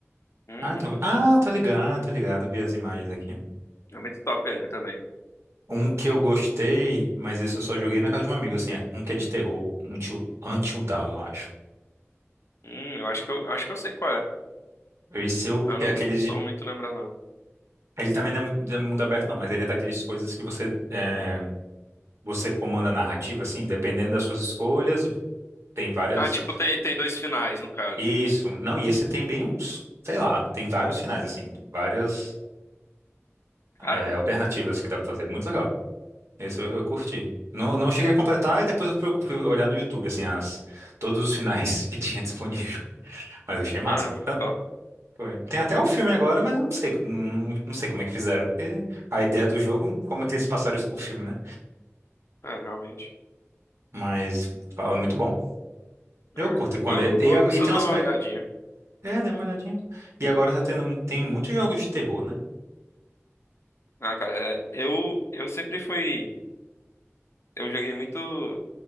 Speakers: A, on the left; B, on the right.
A: Uhum.
B: Ah, tô... ah, tô ligado, tô ligado. Eu vi as imagens aqui.
A: É muito top ele também.
B: Um que eu gostei, mas esse eu só joguei na casa de um amigo, assim, é um que é de terror, um Till- Until Dawn, eu acho.
A: Hum, eu acho que eu acho que eu sei qual é.
B: Esse eu,
A: Eu
B: que
A: não,
B: é aqueles
A: não
B: de-
A: tô muito lembrando não.
B: Ele também não é muito de mundo aberto, não, mas ele é daqueles coisas que você, é, você comanda a narrativa, assim, dependendo das suas escolhas, tem várias...
A: Ah, tipo tem tem dois finais no caso.
B: Isso, não, e esse tem bem uns, sei lá, tem vários finais, assim, várias,
A: Caramba,
B: é, alternativas que dá pra fazer, muito legal. Esse eu, eu curti. Não, não cheguei a completar e depois eu fui, fui olhar no YouTube, assim, as, todos os finais <laughs> que tinha disponível, mas achei massa.
A: caramba que top.
B: Foi. Tem até o filme agora, mas eu não sei, não, não sei como é que fizeram, porque a ideia do jogo, como é que eles passaram isso pro filme, né?
A: É, realmente.
B: Mas fala, é muito bom. Eu
A: É,
B: curto
A: eu
B: quando é, e,
A: vou
B: a-
A: ver
B: e
A: se
B: tem
A: eu dou
B: um aspecto.
A: uma olhadinha.
B: É, dei uma olhadinha. E agora tá tendo, tem muitos jogos de terror, né?
A: Ah, cara, é, eu eu sempre fui eu joguei muito.